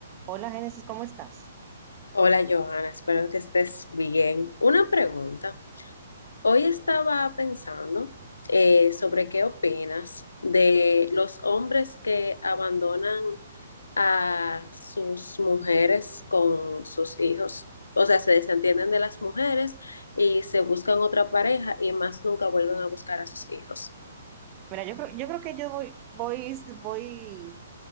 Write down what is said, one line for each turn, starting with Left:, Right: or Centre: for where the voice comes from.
Right: Hola Génesis, ¿cómo estás?
Left: Hola Johanna, espero que estés bien. Una pregunta. Hoy estaba pensando eh, sobre qué opinas de los hombres que abandonan a sus mujeres con sus hijos. O sea, se desentienden de las mujeres y se buscan otra pareja y más nunca vuelven a buscar a sus hijos.
Right: Mira, yo creo, yo creo que yo voy, voy, voy,